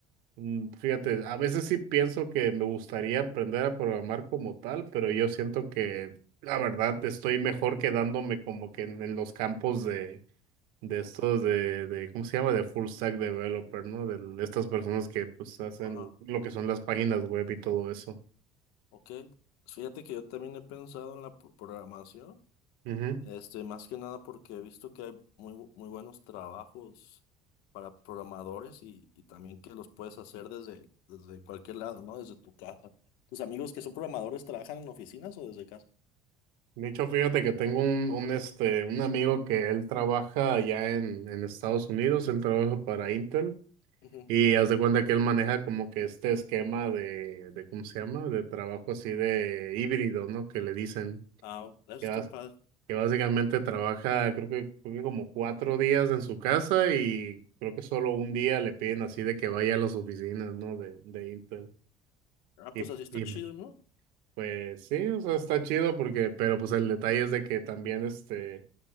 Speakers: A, on the right; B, on the left.
A: Mm, Fíjate, a veces sí pienso que me gustaría aprender a programar como tal, pero yo siento que la verdad estoy mejor quedándome como que en, en los campos de, de
B: Ujú,
A: estos de, de, ¿cómo se llama? De full stack developer, ¿no? De, de estas personas que pues hacen
B: Ajá.
A: lo que son las páginas web y todo eso.
B: Ok. Fíjate que yo también he pensado en la pro- programación.
A: Ujú.
B: Este, más que nada porque he visto que hay muy, bu- muy buenos trabajos para programadores y, y también que los puedes hacer desde, desde cualquier lado, ¿no? Desde tu casa. ¿Tus amigos que son programadores trabajan en oficinas o desde casa?
A: De hecho, fíjate que tengo un, un, este, un amigo que él trabaja allá en, en Estados Unidos, él trabaja para Intel.
B: Ujú.
A: Y haz de cuenta que él maneja como que este esquema de, de ¿cómo se llama? De trabajo así de híbrido, ¿no? Que le dicen
B: Ah, eso
A: que,
B: está
A: bas-
B: padre.
A: que básicamente trabaja, creo que, creo que como cuatro días en su casa y creo que solo un día le piden así de que vaya a las oficinas, ¿no? De, de Intel.
B: Ah,
A: Y,
B: pues así está
A: y
B: chido, ¿no?
A: pues sí, o sea, está chido porque, pero pues el detalle es de que también este...